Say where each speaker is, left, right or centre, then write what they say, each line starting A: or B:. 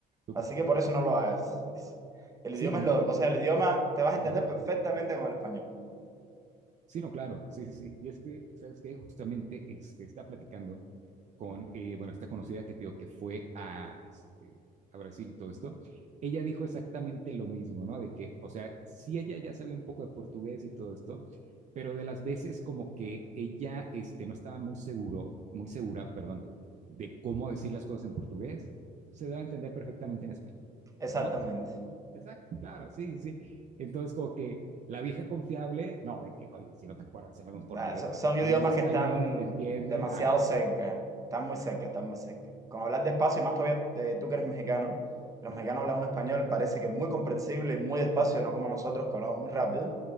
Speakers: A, on the right; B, on the right.
A: súper.
B: Así que por eso no lo hagas. El
A: Sí,
B: idioma
A: no,
B: es
A: no.
B: lo, o sea, el idioma te vas a entender
A: Ajá.
B: perfectamente con el español.
A: Sí, no, claro. Sí, sí, sí. Y es que, ¿sabes qué? Justamente este, está platicando con, eh, bueno, esta conocida que te digo que fue a, este, a Brasil y todo esto. Ella dijo exactamente lo mismo, ¿no? De que, o sea, sí, ella ya sabía un poco de portugués y todo esto, pero de las veces como que ella este, no estaba muy seguro, muy segura, perdón, de cómo decir las cosas en portugués, se daba a entender perfectamente en español.
B: Exactamente.
A: ¿no? Entonces, Exacto, claro, sí, sí. sí. Entonces, como que la vieja confiable, no, de que, oye, si no te acuerdas, se llama en portugués,
B: Ah, so-
A: bueno,
B: Son
A: dilo
B: idiomas
A: en español,
B: que están
A: te entienden,
B: demasiado
A: ajá,
B: cerca,
A: sí,
B: están muy cerca, están muy cerca. Con hablar despacio, y más todavía eh, tú que eres mexicano, los
A: ajá.
B: mexicanos hablan un español, parece que es muy comprensible y muy despacio, no como nosotros que hablamos muy rápido,